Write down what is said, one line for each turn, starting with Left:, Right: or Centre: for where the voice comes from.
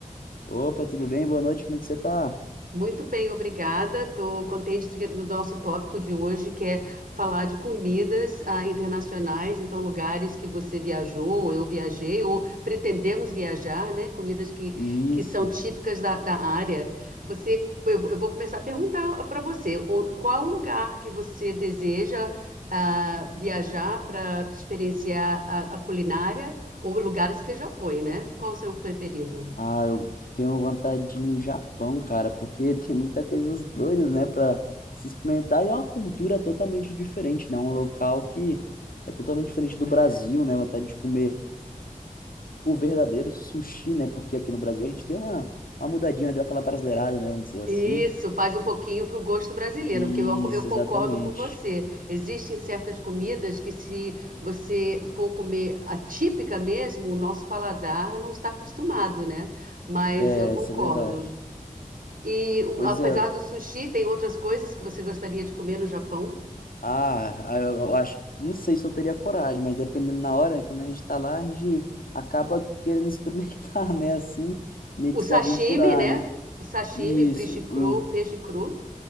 Left: Opa, tudo bem? Boa noite, como é que você tá?
Right: Muito bem, obrigada. Estou contente de- do nosso tópico de hoje, que é falar de comidas ah, internacionais, então lugares que você viajou, ou eu viajei, ou pretendemos viajar, né? Comidas que,
Left: Isso.
Right: que são típicas da, da área. Você, eu, eu vou começar a perguntar para você, o- qual o lugar que você deseja ah, viajar para experienciar a, a culinária, ou lugares que você já foi, né? Qual o seu preferido?
Left: Ah, eu tenho vontade de ir no Japão, cara, porque <laughs> tem muita coisas doidas, né, pra se experimentar. E é uma cultura totalmente diferente, né? Um local que é totalmente diferente do Brasil, né? Vontade de comer o verdadeiro sushi, né? Porque aqui no Brasil a gente deu uma, uma mudadinha, né, deu aquela brasileirada, né? Vamos dizer
Right: Isso,
Left: assim.
Right: faz um pouquinho para o gosto brasileiro,
Left: Isso,
Right: porque eu, ac- eu concordo
Left: exatamente.
Right: com você. Existem certas comidas que, se você for comer a típica mesmo, o nosso paladar não está acostumado, né? Mas
Left: É,
Right: eu concordo.
Left: isso é verdade.
Right: E o-
Left: Pois
Right: apesar
Left: é,
Right: do sushi, tem outras coisas que você gostaria de comer no Japão?
Left: Ah, ah, eu eu acho, não sei se eu teria coragem, mas dependendo na hora, quando a gente tá lá, a gente acaba querendo experimentar, <laughs> né? Assim, meio
Right: O
Left: que
Right: sashimi,
Left: se aventurar,
Right: né?
Left: né?
Right: O sashimi,
Left: Isso,
Right: peixe cru,
Left: o,
Right: peixe cru.